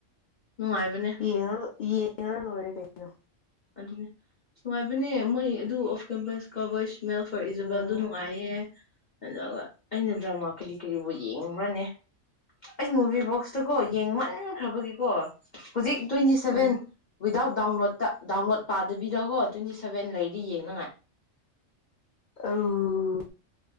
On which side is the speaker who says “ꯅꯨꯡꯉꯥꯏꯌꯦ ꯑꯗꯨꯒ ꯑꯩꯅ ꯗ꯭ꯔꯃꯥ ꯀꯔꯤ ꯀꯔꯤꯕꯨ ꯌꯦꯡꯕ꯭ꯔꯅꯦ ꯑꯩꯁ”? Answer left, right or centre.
Left